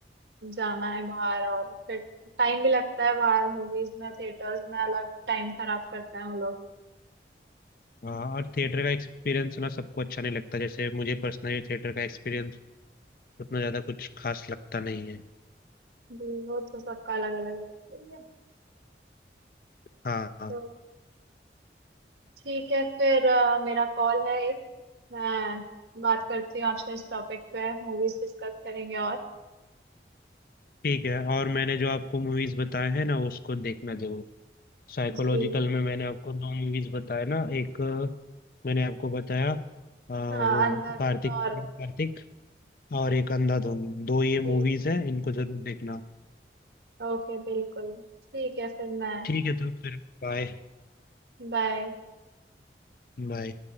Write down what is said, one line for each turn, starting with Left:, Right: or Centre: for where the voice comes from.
Right: जाना है बाहर और फिर टाइम भी लगता है बाहर मूवीज में थिएटर्स में अलग टाइम खराब करते हैं वो लोग
Left: हाँ और थिएटर का एक्सपीरियंस ना सबको अच्छा नहीं लगता जैसे मुझे पर्सनली थिएटर का एक्सपीरियंस उतना ज़्यादा कुछ खास लगता नहीं है
Right: जी वो तो सबका अलग अलग रहता है
Left: हाँ हाँ
Right: तो ठीक है फिर अ, मेरा कॉल है एक मैं बात करती हूँ आपसे इस टॉपिक पे मूवीज डिस्कस करेंगे और
Left: ठीक है और मैंने जो आपको मूवीज बताए हैं ना उसको देखना जरूर साइकोलॉजिकल
Right: जी मैं
Left: में मैंने आपको दो मूवीज बताए ना एक मैंने आपको बताया आ,
Right: हाँ
Left: वो
Right: अंधाधुन
Left: कार्तिक
Right: और
Left: कार्तिक और एक अंधाधुन दो ये
Right: जी
Left: मूवीज हैं इनको जरूर देखना
Right: ओके बिल्कुल ठीक है फिर मैं
Left: ठीक है तो फिर बाय
Right: बाय
Left: बाय